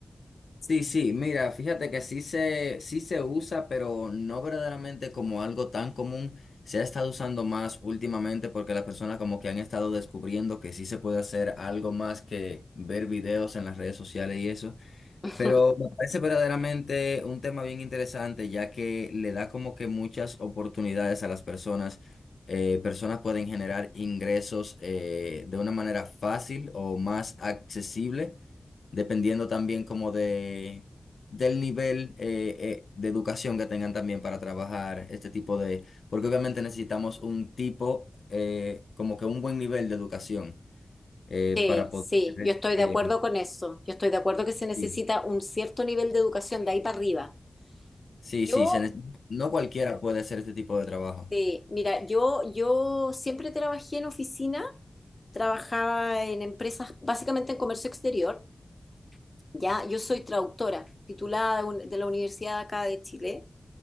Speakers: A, on the left; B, on the left.
A: Sí, sí, mira, fíjate que sí se, sí se usa, pero no verdaderamente como algo tan común. Se ha estado usando más últimamente porque las personas como que han estado descubriendo que sí se puede hacer algo más que ver videos en las redes sociales y eso.
B: <laughs>
A: Pero me parece verdaderamente un tema bien interesante, ya que le da como que muchas oportunidades a las personas. Eh, personas pueden generar ingresos eh, de una manera fácil o más accesible, dependiendo también como de, del nivel eh, eh, de educación que tengan también para trabajar este tipo de... Porque obviamente necesitamos un tipo, eh, como que un buen nivel de educación eh,
B: Sí,
A: para
B: sí,
A: poder...
B: yo estoy de
A: eh,
B: acuerdo con eso. Yo estoy de acuerdo que se necesita
A: sí.
B: un cierto nivel de educación de ahí para arriba.
A: Sí,
B: Yo,
A: sí, se ne- no cualquiera puede hacer este tipo de trabajo.
B: sí, mira, yo, yo siempre trabajé en oficina, trabajaba en empresas, básicamente en comercio exterior. Ya, yo soy traductora, titulada de, un- de la Universidad acá de Chile.